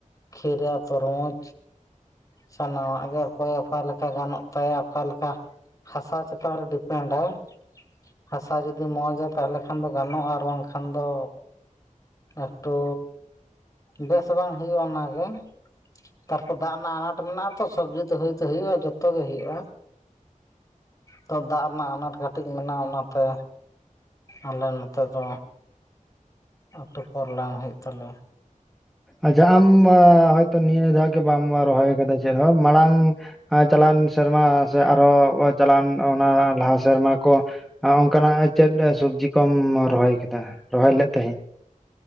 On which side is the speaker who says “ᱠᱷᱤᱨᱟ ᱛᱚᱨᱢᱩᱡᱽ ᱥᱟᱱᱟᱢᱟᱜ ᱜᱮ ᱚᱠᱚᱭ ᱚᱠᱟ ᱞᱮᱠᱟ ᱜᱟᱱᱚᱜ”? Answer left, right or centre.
Left